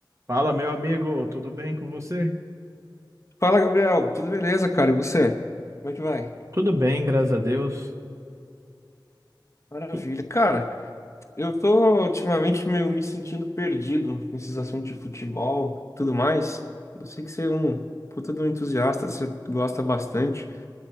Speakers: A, on the right (about 40°); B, on the left (about 35°).
A: Fala, meu amigo, tudo bem com você?
B: Fala, Gabriel. Tudo beleza, cara? E você? Como é que vai?
A: Tudo bem, graças a Deus.
B: Maravilha.
A: E-
B: Cara, eu tô ultimamente meio me sentindo perdido nesses assuntos de futebol, tudo mais. Eu sei que você é um puta de um entusiasta, você gosta bastante.